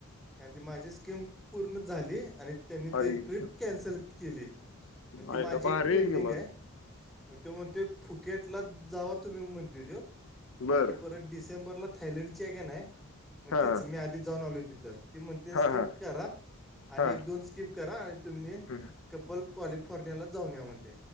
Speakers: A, in the centre; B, on the left.
A: कारण ती माझी स्कीम पूर्ण झाली आणि त्यांनी
B: आयुष्य
A: ती ट्रिप कॅन्सल केली. मं ती
B: आयला
A: माझी
B: भारी
A: एक पेंडिंग
B: की मग
A: आहे. ते म्हणत्यो ते फुकेटला जावा तुम्ही म्हणत्यो त्यो.
B: बर
A: बाकी परत डिसेंबरला थायलंडची आहे का नाही, मग
B: हा
A: तीच मी आधी जाऊन आलोय तिथं. ती म्हणते स्कीप
B: हा हा
A: करा आणि
B: हा
A: एक दोन स्कीप करा आणि तुम्ही
B: हम्म.
A: कपल कॅलिफोर्नियालाच जाऊन म्हणते.